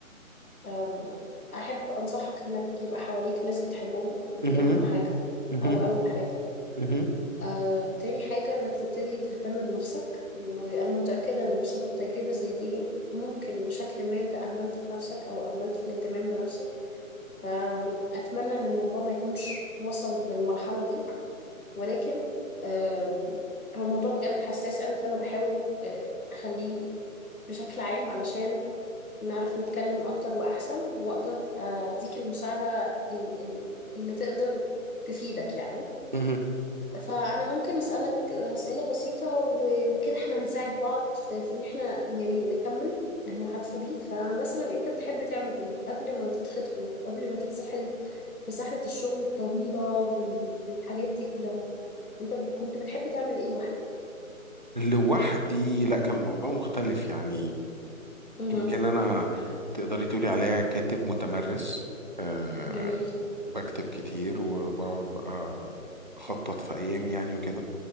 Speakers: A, on the left; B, on the right.
A: آم، احب انصحك انك يبقى حواليك ناس بتحبهم دي
B: مهم.
A: اهم حاجه
B: مهم.
A: او اول حاجه
B: مهم.
A: آه، تاني حاجه انك تبتدي تهتم بنفسك وانا متاكده ان بسبب تجربه زي دي ممكن بشكل ما انت اهملت في نفسك او اهملت في الاهتمام بنفسك فاتمنى ان الموضوع ما يكونش وصل للمرحله دي ولكن آم، هو الموضوع بجد حساس قوي فأنا بحاول آه، أخليه بشكل عام علشان نعرف نتكلم أكتر وأحسن وأقدر آه، أديك المساعدة ال- ال- اللي تقدر تفيدك يعني
B: مهم.
A: فأنا ممكن أسألك أسئلة بسيطة و- وكده إحنا هنساعد بعض في, في إن إحنا يعني نكمل المحادثة دي فمثلا أنت بتحب تعمل إيه قبل ما تتخطبوا قبل ما تتسحل في سحلة الشغل الطويلة وال- والحاجات دي كلها انت كنت بتحب تعمل ايه لوحدك
B: لوحدي لا كان الموضوع مختلف يعني
A: مه.
B: يمكن أنا تقدري تقولي عليا كاتب متمرس أه
A: جميل
B: بكتب كتير وبقعد بقى أخطط في أيامي يعني وكده